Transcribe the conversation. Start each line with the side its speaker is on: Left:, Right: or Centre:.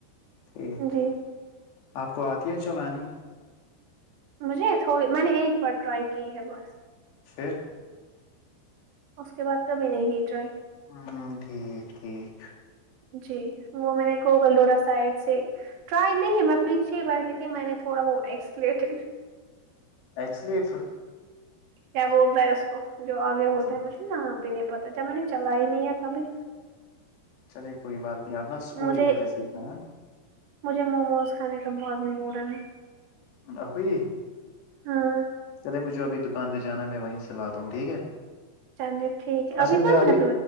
Left: ٹھیک
Right: جی
Left: آپ کو آتی ہے چلانی
Right: مجھے تھوڑی میں نے ایک بار ٹرائی کی ہے بس
Left: پھر
Right: اس کے بعد کبھی نہیں کی ٹرائی
Left: ہوں ٹھیک ٹھیک
Right: جی وہ میں نے گوگلڈورا سائڈ سے ٹرائی نہیں میں پیچھے ہی بیٹھھی تھی میں نے تھوڑا وہ ایکسلیٹ
Left: ایس لیٹر
Right: کیا بولتا ہے اس کو جو آگے ہوتا
Left: جی
Right: ہے مجھے نام بھی نہیں پتا جب میں نے چلا ہی نہیں ہے کبھی
Left: چلے کوئی بات نہیں آپ نا اسکوٹی
Right: مجھے
Left: والے سیکھنا
Right: مجھے موموز کھانے کا بہت موڈا
Left: ابھی
Right: ہاں
Left: چلے مجھے ابھی دکان پہ جانا میں وہیں سے لاتا ہوں ٹھیک ہے
Right: چاندی ٹھیک ہے ابھی
Left: اچھا
Right: جاؤں
Left: میں
Right: نا